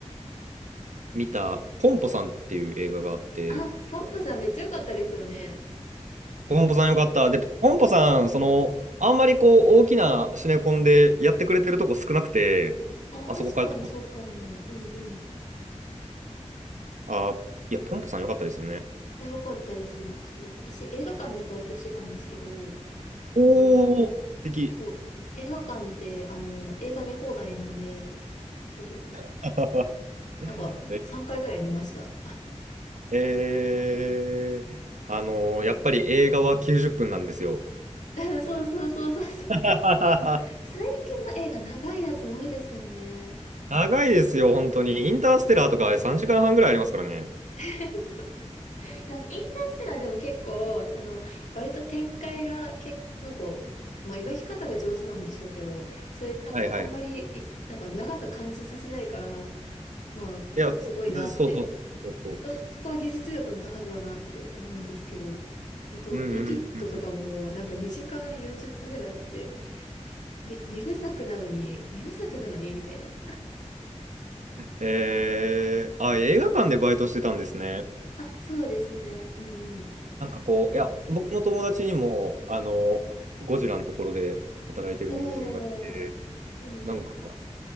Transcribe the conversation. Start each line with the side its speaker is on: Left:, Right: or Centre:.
Right: 見た、ポンポさんっていう映画があって、
Left: あ、ポンプさんめっちゃ良かったですよね。
Right: ポンポさんよかった。で、ポンポさん、その、あんまりこう、大きなシネコンでやってくれてるとこ少なくて、
Left: ああ、
Right: あそこから
Left: 確かにそうかも。うんうん。
Right: あー、いや、ポンポさんよかったですよね。
Left: よかったですね。そう。私、映画館でバイトしてたんですけど、その、
Right: おー、素敵。
Left: そう、映画館って、あの、映画見放題なんで、そう、
Right: <laughs>
Left: なんか、
Right: ね
Left: 3回ぐらい見ました。
Right: えー、あのやっぱり映画は90分なんですよ。
Left: <laughs> そうそうそうそうそう。
Right: <laughs>
Left: 最近の映画長いやつ多いですよね。
Right: 長いですよ、本当に。インターステラーとかあれ3時間半ぐらいありますからね。
Left: <laughs> そう。なんか、インターステラーでも結構、その、割と展開が、け、なんか、まあ、描き方が上手なんでしょうけど、それ、なんか、
Right: はいはい。
Left: あんまりいつ、なんか、長さ感じさせないから、まあ、
Right: いや、
Left: すごいなって。
Right: そうそうそうそうそう。
Left: そ、そこは技術力の高さだなって思うんですけど、ほんと、
Right: うんうん。
Left: ウィキッドとかもなんか2時間40分ぐらいあって、えに、2部作なのに、2部作なのにみたいな。
Right: えー、あ、映画館でバイトしてたんですね。
Left: あ、そうですね。うんう
Right: なんかこう、
Left: ん。と、
Right: いや、僕の友達にも、あの、ゴジラのところで働いてる友人がいて、
Left: おー、うん。
Right: なんか